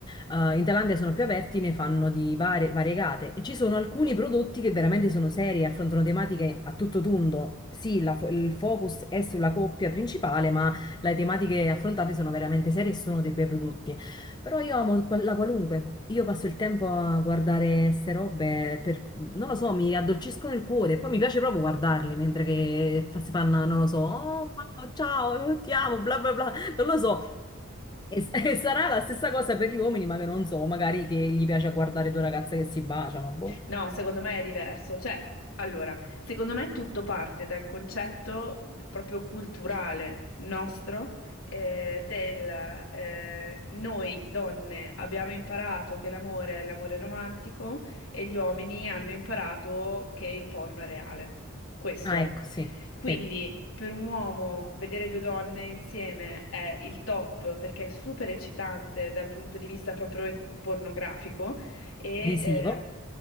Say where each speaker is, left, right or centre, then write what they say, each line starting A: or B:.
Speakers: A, on the left (about 20°); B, on the left (about 80°).
A: Eh, in Thailandia sono più aperti, ne fanno di varie, variegate e ci sono alcuni prodotti che veramente sono seri, affrontano tematiche a tutto tondo. Sì, la fo- il focus è sulla coppia principale, ma le tematiche affrontate sono veramente serie e sono dei bei prodotti. Però io amo qual- la qualunque. Io passo il tempo a guardare queste robe per, non lo so, mi addolciscono il cuore e poi mi piace proprio guardarli mentre che fa- si fanno, non lo so, oh, wow, ciao, ti amo, bla bla bla. Non lo so. E, s- <laughs> e sarà la stessa cosa per gli uomini, ma che non so, magari che gli piace guardare due ragazze che si baciano, boh.
B: No, secondo me è diverso. Cioè, allora, secondo me tutto parte dal concetto d- proprio culturale nostro eh, del eh, noi donne abbiamo imparato che l'amore è l'amore romantico e gli uomini hanno imparato che il porno è reale. Questo
A: Ah,
B: è.
A: ecco, sì,
B: Quindi,
A: sì,
B: per un uomo vedere due donne insieme è il top perché è super eccitante dal punto di vista proprio pornografico e
A: visivo.
B: ehm,